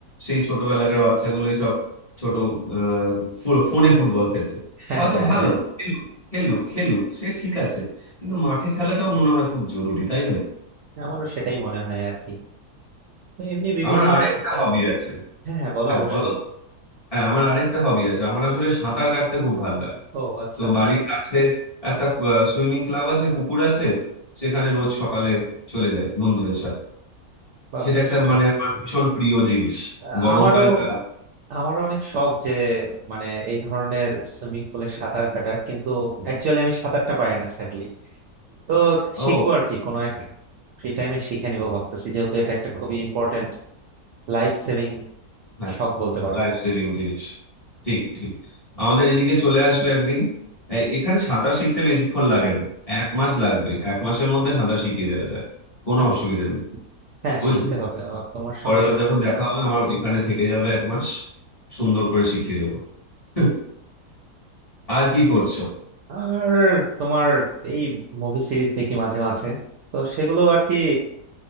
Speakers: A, on the left (about 30°); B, on the right (about 65°).
A: সেই ছোটবেলাকার বাচ্চাগুলোই সব ছোট আহ, ফো- ফোনে ফুটবল খেলছে
B: হ্যাঁ
A: হয়তো
B: হ্যাঁ
A: ভালো
B: হ্যাঁ
A: খেলুক খেলুক খেলুক, সে ঠিক আছে কিন্তু মাঠে খেলাটাও মনে হয় খুব জরুরি তাই না
B: আমারও সেটাই মনে হয় আর কি তো এমনি বিভিন্ন
A: আমার আরেকটা হবি আছে
B: হ্যাঁ হ্যাঁ বলো
A: হ্যাঁ
B: অবশ্যই
A: বলো হ্যাঁ আমার আরেকটা হবি আছে আমার আসলে সাঁতার কাটতে খুব ভালো লাগে
B: ও আচ্ছা
A: তো
B: আচ্ছা
A: বাড়ির কাছে একটা সুইমিং ক্লাব আছে পুকুর আছে সেখানে রোজ সকালে চলে যাই বন্ধুদের সাথে
B: বা
A: সেটা
B: বেশ
A: একটা
B: তো
A: মানে আমার ভীষণ প্রিয় জিনিস
B: আহ,
A: গরমকালটা
B: আমারও আমারও অনেক শখ যে মানে এই ধরনের সুইমিং পুলে সাঁতার কাটার কিন্তু অ্যাকচুয়ালি আমি সাঁতারটা পারি না স্যাডলি তো
A: ও
B: শিখবো আর কি কোনো এক ফ্রি টাইমে শিখে নিবো ভাবতেছি যেহেতু এটা একটা খুবই ইম্পর্টেন্ট লাইফ সেভিং
A: হ্যাঁ
B: শখ বলতে পারো
A: লাইফ সেভিং জিনিস ঠিক ঠিক আমাদের এদিকে চলে আসবে একদিন এ- এখানে সাঁতার শিখতে বেশিক্ষণ লাগে না এক মাস লাগবে এক মাসের মধ্যে সাঁতার শিখিয়ে দেওয়া যায় কোনো
B: আচ্ছা
A: অসুবিধা নেই
B: হ্যাঁ
A: বুঝলি
B: শিখতে হবে আর তোমার
A: পরের
B: সঙ্গে
A: বার যখন দেখা হবে আমার এখানে থেকে যাবে এক মাস সুন্দর করে শিখিয়ে দেবো <laughs> আর কি করছো
B: আর তোমার এই মুভি সিরিজ দেখি মাঝে মাঝে তো সেগুলো আর কি